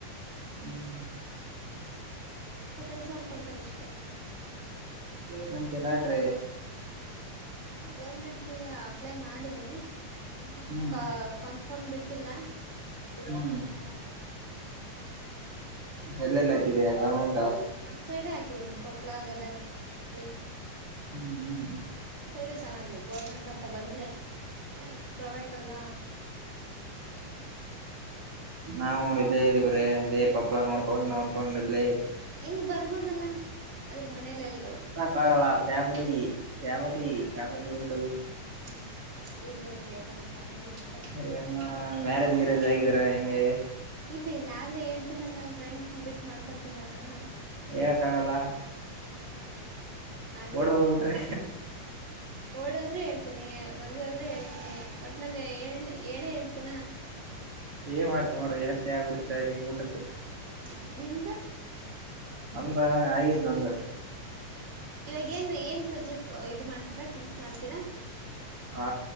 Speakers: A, on the right; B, on the right.
A: ಹ್ಮ್
B: ಇಪ್ಪತ್ತದ ಸಾವಿರ ಕೊಡ್ತಾರೆ ಅಷ್ಟೇ
A: ನಂತ ನಾಡ್ರಿ
B: ನಾನು ಗೌರ್ಮೆಂಟ್ಗೆ ಅಪ್ಲ ಮಾಡಿದ್ದೀನಿ ಇನ್ನು
A: ಹ್ಮ್
B: ಕ ಕನ್ಫರ್ಮ್ ಬಿಟ್ಟಿಲ್ಲ ಬಿಟ್ಟ್ಮೇಲೆ
A: ಹ್ಮ್
B: ನೋಡದು
A: ಎಲ್ಲೆಲ್ಲ ಹಾಕಿದಯಾ ಗೌರ್ಮೆಂಟ್
B: ನಮ್ ಸೈಡ್ ಹಾಕಿದ್ದೀನಿ ಕೊಪ್ಪಳ ಗದ ಹುಬ್ಬಳಿ
A: ಹ್ಮ್ ಹ್ಮ್ ಹ್ಮ್
B: ನಮ್ ಸೈಡ್ ಚೆನ್ನಾಗಿ ಗೋರ್ಮೆಂಟ್ ಅಂತ ಬಂದ್ರೆ ಏನ ಈ ಪ್ರೈವೇಟ್ ಅಲ್ಲ
A: ನಾವ ನೋಡಿದ್ದೆರಿವ್ರ ರೇ ಕಪ್ಪಳ ನೋಡ್ಕೊಂಡ್ ನೋಡ್ಕೊಂಡ ಇಲ್ಲಿ
B: ಎಲ್ಲಿ ಬರ್ಬೋದಲ್ಲ ಆದ್ರೆ ಮನೇಲಿಲ್
A: ಕಾಗಲ್ಲಾ ಫಾಮ ಫಾಮ
B: ಓ ಹಂಗೆ
A: ಫಾಮ ಉಂಟ <unintelligible>
B: ಹ ಇರ್ಲಿ ಇರ್ಲಿ ಯಾಕಂದ್ರೆಫ್ಯಾಮಿಲಿ ಎಂಪ
A: ಏನ ಮ್ಯಾರೇಜ್ ಗಿರೇಜ್ ಆಗಿದೀರಾ ಹೆಂಗೆ
B: ಇನ್ನ ಇಲ್ಲ ಆದ್ರೆ ಹೇಳ್ತೀನಲ್ಲಾ ಫ್ರೆಂಡ್ಸ್ ಬಿಟ್ಟು ಮಾಡ್ಕೊತನ ನಾನು
A: ಹೇಳಕ್ಕ ಆಗಲ್ಲ
B: ಇಂಗ್ಲೆಂಡ್ ಆಗಿಲ್ಲ
A: ಓಡ್ ಹೋಗ್ಬಿಟ್ರೆ
B: ಓಡದ್ ಹೇಳ್ತೀನಿ ಮದ್ವಾದ್ ಹೇಳ್ತೀನಿ ಒಟ್ಟನಲ್ಲಿಳ್ ಹೇಳೇ ಹೇಳ್ತಿ ತಿನ
A: ಏ ಮಾಡ್ದ್ ನೋಡ ಹೇಳ್ತಾ ಬಿಡತಾ ಹಂಗ್ ಊಟದ್ದು
B: ಹ ನಿಮ್ದ
A: ಅಂಬ ಆದ್ ನ್ದ
B: ಇವಾಗ ಏನ್ ಏನ್ ಸಬ್ಜೆಕ್ಟ್ ಇದು ಮಾಡ್ತೀರಾ ಟೀಚ್ ಮಾಡ್ತೀರಾ
A: ಹಾ